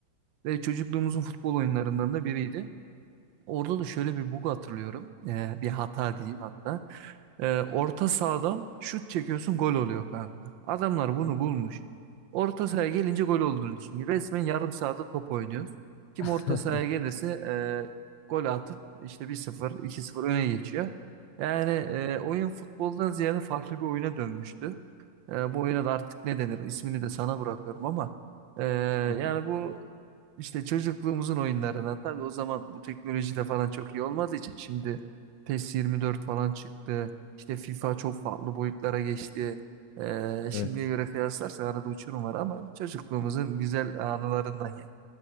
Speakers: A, on the right; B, on the left.
A: Ve çocukluğumuzun futbol oyunlarından da biriydi. Orada da şöyle bir bug hatırlıyorum. Eee, bir hata diyeyim hatta. Ee, orta sahadan şut çekiyorsun gol oluyor kanka. Adamlar bunu bulmuş. Orta sahaya gelince gol olduğunu düşün. Resmen yarım sahada top oynuyoruz. Kim
B: <laughs>
A: orta sahaya gelirse e, gol atıp işte bir sıfır iki sıfır öne geçiyor. Yani e, oyun futboldan ziyade farklı bir oyuna dönmüştü. E, bu oyuna da artık ne denir ismini de sana bırakıyorum ama e,
B: Hı hı.
A: yani bu işte çocukluğumuzun oyunlarına tabii o zaman bu teknoloji de falan çok iyi olmadığı için şimdi PES 24 falan çıktı. İşte FIFA çok farklı boyutlara geçti. Ee, şimdiye
B: Evet.
A: göre kıyaslarsak arada uçurum var ama çocukluğumuzun güzel anılarından yani.